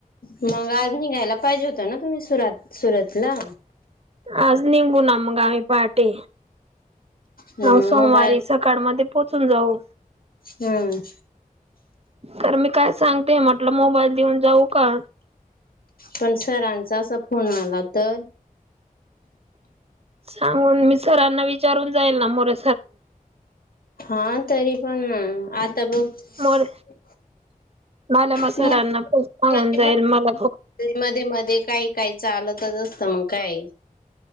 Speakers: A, on the left (about 80°); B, on the right (about 45°).
A: मग आज निघायला पाहिजे होत ना तुम्ही सुरात सुरतला
B: आज निमू ना मगाम्ही पहाटे
A: मग
B: ह सोमवारी
A: मोबाईल
B: सकाळ मध्ये पोहोचून जाऊ
A: हम्म
B: तर मी काय सांगते. म्हटलं, मोबाईल देऊन जाऊ का?
A: पण, सरांचा असा फोन आला तर?
B: सांगून, मी, सरांना विचारून जाईल, ना, मोर,
A: हा, तरी, पण, आ, तब... त
B: मोरे मालमा सरांना
A: पण,
B: खूप सांगून जाईल मला
A: मध्ये, मध्ये, काही, काही, चालत, असत, मग, काय,